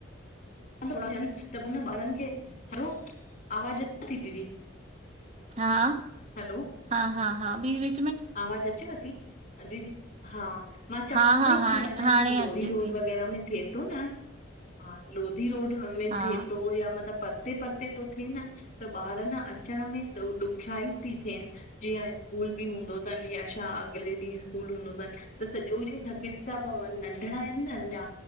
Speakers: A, on the left (about 45°); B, on the right (about 35°).
A: थोरा थियनि त हुन ॿारनि खे हलो आवाज़ अचे ती दीदी?
B: हा
A: हलो
B: हा हा हा बि बि
A: आवाज अचेव ती? दीदी हा, मां चवां
B: हा हा
A: पई
B: हाणे
A: कीअं आहे
B: हाणे
A: न जीअं लोरी
B: अचे
A: रोड
B: थी
A: वग़ैरह में थिए तो न, हा लोधी रोड में
B: हा
A: थिए तो या मतलब परते परते थिए न त ॿार न अचण में ॾुख्याई थी थिएनि। जीअं स्कूल बि हूंदो थनि या छा अॻले ॾींहुं स्कूल हूंदो थनि त सॼो ॾींहुं थकिजी था पवनि नंढिड़ा आहिनि न अञां